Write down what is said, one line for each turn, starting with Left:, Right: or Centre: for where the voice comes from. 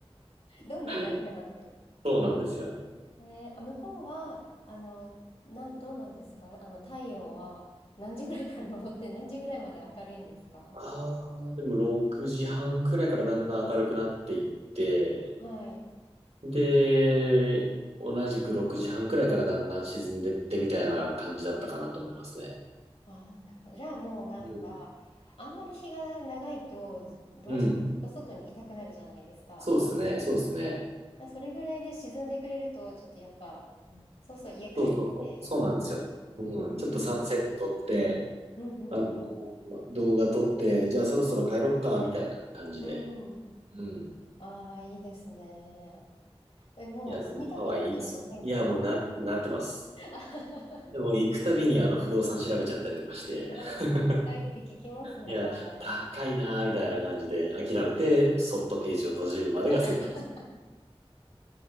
Left: どんどん長くなって。
Right: <laughs> うん。<laughs> そうなんですよ。
Left: えー、あ、向こうは、あの、な、どうなんですかあの、太陽は何時ぐらいから <laughs> 昇って何時ぐらいまで明るいんですか
Right: ああ、でも6時半くらいからだんだん明るくなっていって、
Left: はい。ん
Right: で、同じく6時半くらいからだんだん沈んでってみたいな感じだったかなと思いますね。
Left: ああー、なるほど。じゃあもうなんか、
Right: うん。
Left: あんまり日が長いとず、どうしてもずっと外にいたくなるじゃないですか。
Right: うん。そうですね、そうですね。
Left: だからそれぐらいで沈んでくれると、ちょっとやっぱ、うん、そうそう家帰って、
Right: そうそうそう。そうなんですよ。
Left: みたいな。
Right: うん。
Left: うん、
Right: ちょっとサンセット撮って、
Left: うん、うん、
Right: あの、
Left: うん。
Right: 動画撮って、じゃあそろそろ帰ろっか、みたいな感じで。
Left: うん。
Right: うん。
Left: ああ、いいですね。え、もう住みたくなっちゃいませんか
Right: いや、でもハワイいいんですよ。いや、もうな、なってます。
Left: <laughs>
Right: でも行くたびにあの不動産調べちゃったりとかして、
Left: うわ、
Right: <laughs>
Left: 高いって聞きますよ、
Right: いや、
Left: ハワイは。
Right: 高いなーみたいな感じで諦めて、そっとページを閉じるまでがセットですね。
Left: <laughs>